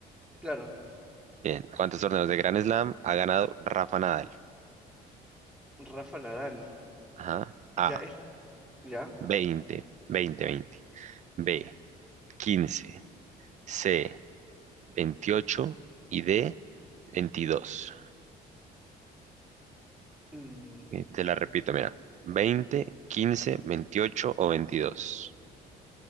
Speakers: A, in the centre; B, on the right.
A: Claro,
B: Bien. ¿Cuántos torneos de Grand Slam ha ganado Rafa Nadal?
A: Rafa Nadal.
B: Ajá.
A: Ya
B: A.
A: es... Ya.
B: 20, 20, 20. B, 15. C, 28 y D, 22.
A: Mm,
B: Eh, Te la repito, mira. 20, 15, 28 o 22.